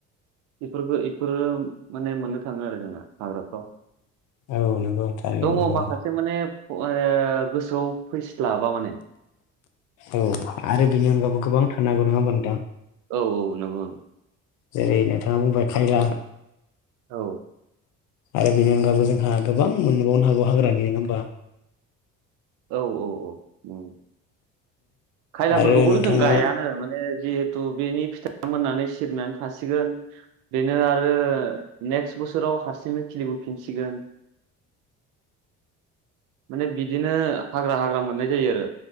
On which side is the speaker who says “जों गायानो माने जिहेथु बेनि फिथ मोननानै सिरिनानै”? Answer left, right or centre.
Right